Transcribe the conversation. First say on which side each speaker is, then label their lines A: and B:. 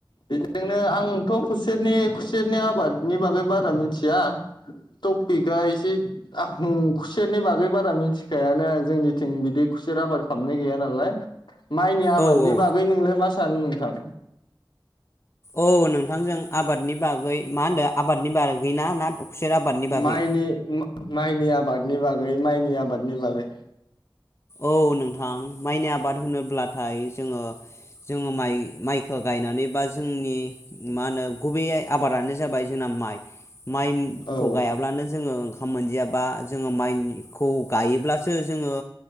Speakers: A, on the left; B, on the left.
A: बेजोंनो आंथ खुसेरनि खुसेरनि आबादनि बागै बारा मिथिया टपिकआ एसे आं खुसेरनि बागै बारा मिथिखायानो जोंनिथिं बिदि खुसेर आबाद खालामनाय गैया नालाय। माइनि आबादनि
B: औ औ
A: बागै नोंलाय मा सा सानो नोंथा?
B: औ नोंथांजों आबादनि बागै मा होनदो आबादनि बार गै ना ना खुसेर आबादनि बागै?
A: माइनि मो माइनि आबादनि बागै माइनि आबादनि बागै।
B: औ नोंथां माइनि आबाद होनोब्लाथाय जोङो जोङो माइ माइखो गायनानै बा जोंनि मा होनो गुबैयै आबादानो जाबाय जोंना माइ माइ
A: औ
B: खौ गायाब्लानो जोङो खाम मोनजायाबा जोङो माइनि खौ गायोब्लासो जोङो